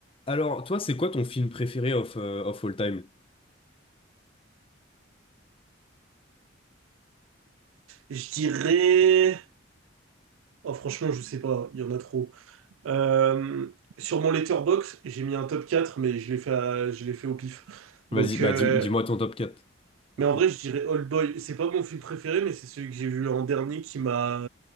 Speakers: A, on the left; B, on the right.
A: Alors, toi, c'est quoi ton film préféré of, euh, of all time?
B: Je dirais... Oh, franchement, je sais pas, il y en a trop. Euh, sur mon letterbox, j'ai mis un top 4, mais je l'ai fait, à- je l'ai fait au pif.
A: Vas-y,
B: Donc,
A: bah
B: euh,
A: dis, dis-moi ton top quatre. au
B: mais
A: pire.
B: en vrai, je dirais Old Boy. C'est pas mon film préféré, mais c'est celui que j'ai vu en dernier qui m'a,